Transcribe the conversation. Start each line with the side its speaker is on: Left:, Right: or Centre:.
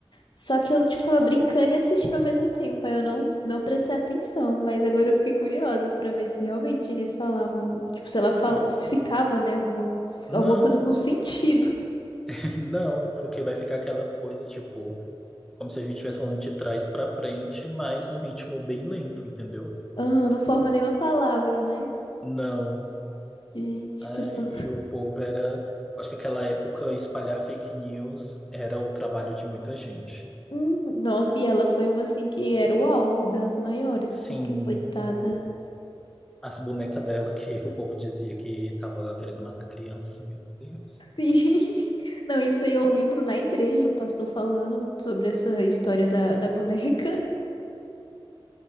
Left: Só que eu, tipo, tava brincando e assistindo ao mesmo tempo. Aí eu não, não prestei atenção. Mas agora eu fiquei curiosa pra ver se realmente eles falavam. Tipo, se ela fala...
Centre: Hum.
Left: se ficava, né? Alguma,
Centre: Não,
Left: alguma coisa com sentido.
Centre: <laughs> não, porque vai ficar aquela coisa tipo, como se a gente estivesse falando de trás pra frente, mas num ritmo bem lento, entendeu?
Left: Aham, não forma nenhuma palavra, né?
Centre: Não.
Left: Gente,
Centre: Ah,
Left: pessoal.
Centre: e o povo era. Acho que aquela época espalhar fake news era o trabalho de muita gente.
Left: Hum, Nossa, e ela foi uma assim que era o alvo das maiores,
Centre: Sim,
Left: porque coitada.
Centre: as bonecas dela que <laughs> o povo dizia que tava querendo matar criança, meu Deus.
Left: Sim. <laughs> Não, isso aí eu lembro na igreja, o pastor falando sobre essa história da, da boneca.